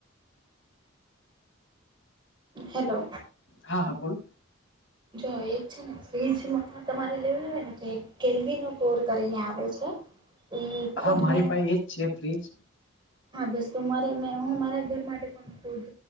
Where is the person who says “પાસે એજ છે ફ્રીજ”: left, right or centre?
Left